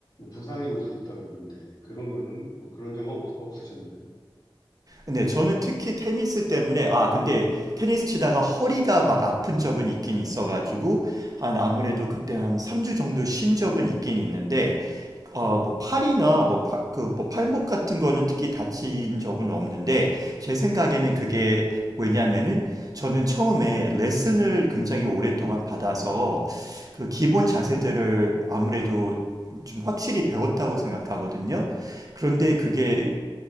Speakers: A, on the left; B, on the right.
A: 부상이 올 수 있다 그러던데 그런 거는 뭐 그런 적 없, 없으셨나요?
B: 네, 저는 특히 테니스 때문에, 아, 근데 테니스 치다가 허리가 막 아픈 적은 있긴 있어가지고, 한 아무래도 그때 한 3주 정도 쉰 적은 있긴 있는데, 어, 뭐 팔이나 뭐 팔, 그, 뭐 팔목 같은 거는 특히 다친 적은 없는데, 제 생각에는 그게 왜냐면은 저는 처음에 레슨을 굉장히 오랫동안 받아서 그 기본 자세들을 아무래도 좀 확실히 배웠다고 생각하거든요. 그런데 그게